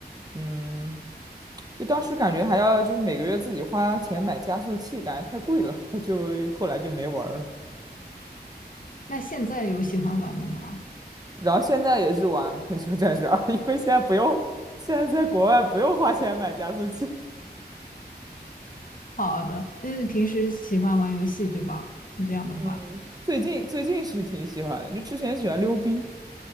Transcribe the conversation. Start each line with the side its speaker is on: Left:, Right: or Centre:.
Right: 嗯，就当时感觉还要就是每个月自己花钱买加速器，感觉太贵了，<laughs> 就后来就没玩儿了。
Left: 那现在有喜欢玩的吗？
Right: 然后现在也是玩《喷射战士二》，因为现在不用，现在在国外不用花钱买加速器。
Left: 好的，那你平时喜欢玩游戏对吧？你这样的话，
Right: 嗯，最近最近是挺喜欢的，就之前喜欢溜冰。